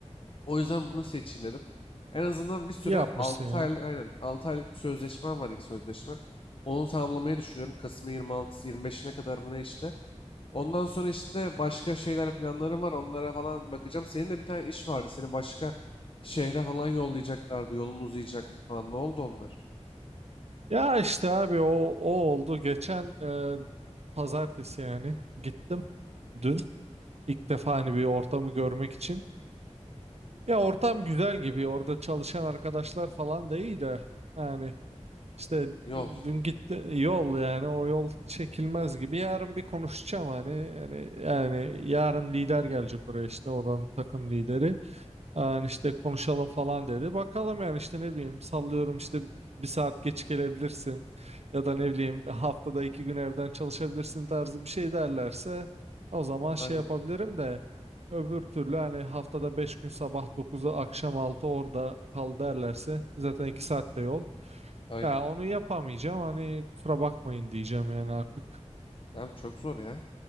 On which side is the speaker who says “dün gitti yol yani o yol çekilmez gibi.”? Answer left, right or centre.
Right